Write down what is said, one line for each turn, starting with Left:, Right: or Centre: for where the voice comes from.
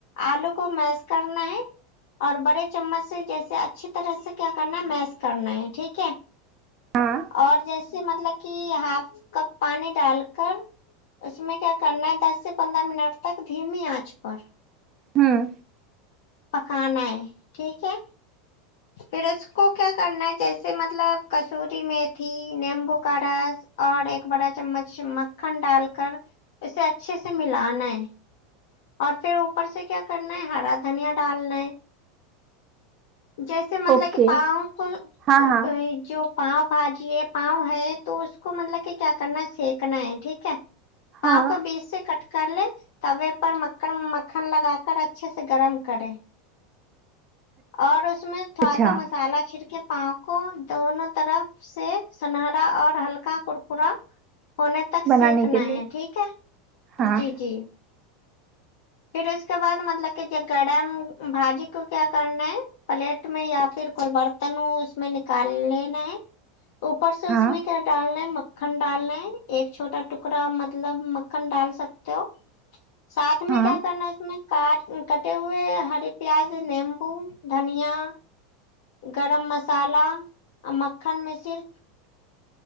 Left: آلو کو میش کرنا ہے اور بڑے چمچ سے جیسے اچھی طرح سے کیا کرنا ہے میس کرنا ہے ٹھیک ہے
Right: ہاں
Left: اور جیسے مطلب کہ ہاف کپ پانی ڈال کر اس میں کیا کرنا ہے دس سے پندرہ منٹ تک دھیمی آنچ پر
Right: ہوں
Left: پکانا ہے ٹھیک ہے پھر اس کو کیا کرنا ہے جیسے مط مطلب کسوری میتھی نیمبو کا رس اور ایک بڑا چمچ مکھن ڈال کر اسے اچھے سے ملانا ہے اور پھر اوپر سے کیا کرنا ہے ہرا دھنیا ڈالنا ہے جیسے مطلب
Right: اوکے
Left: کہ پاؤ کو
Right: ہاں ہاں
Left: بھائی جو پاؤ بھاجی ہے پاؤ ہے تو اس کو مطلب کہ کیا کرنا سیکنا ہے ٹھیک ہے پاؤ
Right: ہاں
Left: کو بیج سے کٹ کر لے توا پر مکن مکھن لگا کر اچھے سے گرم کرے اور اس میں تھوڑا
Right: اچھا
Left: سا مسالا چھڑ کے پاؤ کو دونوں طرف سے سنہرا اور ہلکا کرکرا ہونے تک
Right: بنانے
Left: سیکھنا
Right: کے لیے
Left: ہے ٹھیک ہے
Right: ہاں
Left: جی جی پھر اس کے بعد مطلب کہ گرم بھاجی کو کیا کرنا ہے پلیٹ میں یا پھر کوئی برتن ہو اس میں نکال لینا ہے اوپر سے
Right: ہاں
Left: اس میں کیا ڈالنا ہے مک مکھن ڈالنا ہے ایک چھوٹا ٹکڑا مطلب مکھن ڈال سکتے ہو ساتھ میں
Right: ہاں
Left: کیا ن اس میں کاٹ کٹے ہوئے ہری پیاز نیمبو دھنیا گرم مسالہ اور مکھن میں صرف